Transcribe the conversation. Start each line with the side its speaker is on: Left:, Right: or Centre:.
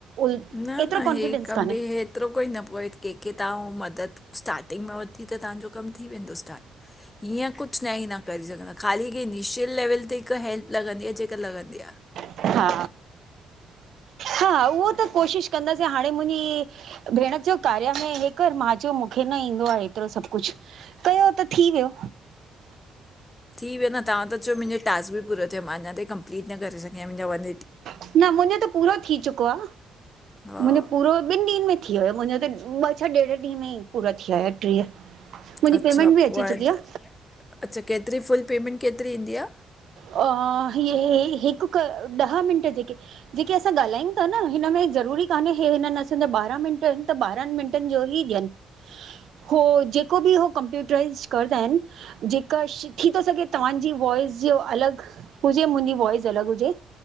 Right: उल
Left: न
Right: एतिरो
Left: न
Right: कॉन्फिडेंस
Left: हे कम
Right: कान्हे
Left: बि हेएतिरो कोई न पोए कंहिंखे तव्हां मदद स्टार्टिंग मां वठी त तहांजो कमु थी वेंदो स्टार्ट हीअं कुछ न ई न करे सघंदा, ख़ाली की इनिशियल लेवल ते हिकु हेल्प लॻंदी आ जेका लॻंदी आह
Right: हा, हा उहो त कोशिश कंदासीं हाणे मुंहिंजी भेण जो कार्य में हे कर मां, चयो मूंखे न ईंदो आ एतिरो सभु कुछ कयो त थी वियो
Left: थी वियो न तव्हां त चयो मुंहिंजो टास्क बि पूरो थियो, मां अञा ताई कंप्लीट न करे सघी आया मुंहिंजाो व
Right: न मुंहिंजो त पूरो थी चुको आ,
Left: हा
Right: मुंहिंजो पूरो ॿिनि ॾींहंनि में थी वियो मुंहिंजो त ॿ छ ॾेढ ॾींहं में ई पूरा थीया ईअ, मुंहिंजी
Left: अच्छा
Right: पेमेंट बि
Left: पोइ
Right: अची
Left: हाणे
Right: चुकी
Left: त-
Right: आ
Left: अच्छा केतिरी, फुल पेमेंट केतिरी ईंदी आ?
Right: अ इहे हिकु ॾह मिंट जेके जेके असां ॻाल्हायूं था न हिनमें ज़रूरी कान्हे हे हिननि असांजा ॿारहां मिनट त बारहनि मिंटनि जो ई ॾियन हो जेको बि हो कंप्यूटराइज़ कंदा आहिनि जेकर शीखी तो सघे तव्हांजी वॉइस जो अलग हुजे, मुंहिंजी वॉइस अलग हुजे